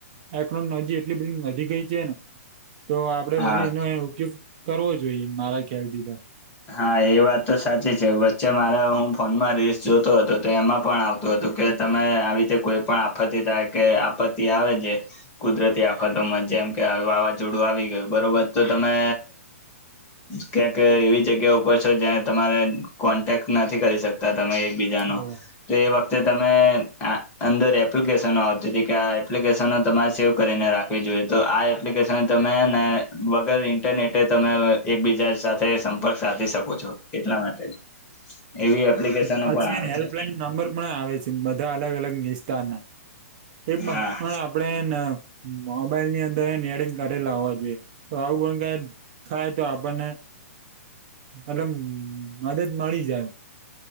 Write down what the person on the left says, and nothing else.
હા
હા, એ વાત તો સાચી છે. વચ્ચે મારા હું ફોનમાં રીલ્સ જોતો હતો, તો એમાં પણ આવતો હતો. કે, તમે આવી રીતે કોઈ પણ આફતિ થાય કે આપત્તિ આવે છે, કુદરતી આફતોમાં જેમ કે, વાવાઝોડું આવી ગયું, બરોબર? તો તમે કંઈક એવી જ જગ્યા ઉપર છો, જ્યાં તમારે કોન્ટેક્ટ નથી કરી શકતા. તમે એકબીજાનો
તો એ વખતે તમે અંદર એપ્લિકેશનો આવતી હતી કે, આ એપ્લિકેશનો તમારે સેવ કરીને રાખવી જોઈએ, તો આપણે તમે ને વગર ઇન્ટરનેટે તમે એકબીજા સાથે સંપર્ક સાધી શકો છો, એટલા માટે એવી એપ્લિકેશનો
પણ આવે
છે
હા